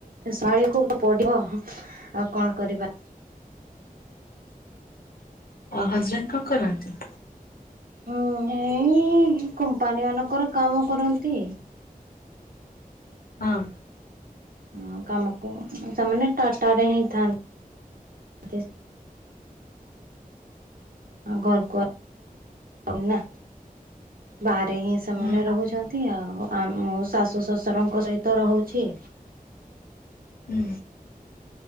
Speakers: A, on the right; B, on the left.
A: ସମ୍ଭାଳିବାକୁ ତ ପଡିବ ଆଉ କଣ କରିବା।
B: ଆଉ ହଜବେଣ୍ଡ କଣ କରନ୍ତି?
A: ହୁଁ ଏଇ କମ୍ପାନୀ ମାନଙ୍କରେ କାମ କରନ୍ତି।
B: ହଁ।
A: ହଁ, କାମକୁ ସେମାନେ ଟାଟାରେ ହିଁ ଥାନ୍ତି। ହଁ, ଘରକୁ ଆଉନା ବାହା ରେ ହିଁ
B: ହୁଁ।
A: ସେମାନେ ରହୁଛନ୍ତି, ଆଉ ଆ ମୁଁ ଶାଶୁ, ଶଶୁରଙ୍କ ସହିତ ରହୁଛି।
B: ହୁଁ।